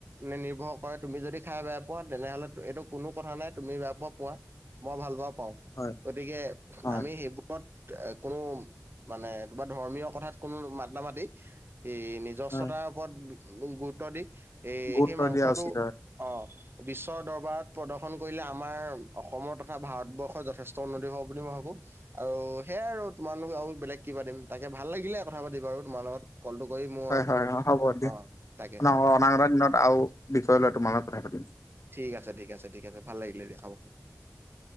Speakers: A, on the right; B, on the left.
A: নি-নিৰ্ভৰ কৰে তুমি যদি খাই বেয়া পোৱা, তেনেহ'লে এইটো কোনো কথা নাই, তুমি বেয়া পোৱা, পোৱা মই ভাল পাওঁ, পাওঁ।
B: হয়
A: গতিকে
B: হয়
A: আমি সেইবোৰ কত কোনো মানে ধৰ্মীয় কথাত কোনো মাতা নামাতি এই নিজ <unintelligible> ওপৰত
B: হয়
A: গুৰুত্ব দি, এই
B: গুৰুত্ব
A: সেই মাংসটো
B: দিয়া উচিত হয়।
A: অ' বিশ্বদৰবাৰত প্ৰদৰ্শন কৰিলে আমাৰ অসমৰ তথা ভাৰতবৰ্ষৰ যথেষ্ট উন্নতি হ'ব বুলি মই ভাবোঁ আৰু সেয়াই আৰু তোমাৰ লগত আৰু বেলেগ কি পাতিম। তাকে ভাল লাগিলে কথা পাতি বাৰু তোমাৰ লগত। কলটো কৰি মই
B: হয় হয় হয় হ'ব দিয়া
A: অ', তাকে অ'।
B: <unintelligible> দিনত আৰু বিষয় লৈ তোমাৰ লগত কথা পাতিম।
A: ঠিক আছে, ঠিক আছে, ঠিক আছে। ভাল লাগিলে দিয়া হ'ব।